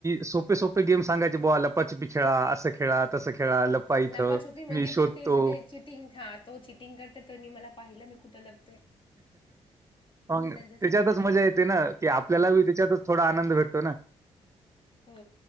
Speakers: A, on the right; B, on the left.
A: सोपे सोपे गेम सांगायचे बुवा लपाछपी खेळा असं खेळा तसं खेळा लपायचं
B: लपाछुपीमध्ये
A: मी शोधतो
B: पण ते जे- ते चिटिंग हा तो चिटिंग करत तो नी मला पाहिलं मी कुठं लपू
A: मग
B: त्यांच्या
A: त्याच्यातच
B: संग बघितलेलं
A: मजा येते
B: आहे
A: ना की आपल्याला बी त्याच्यातच थोडा आनंद भेटतो तो ना
B: हो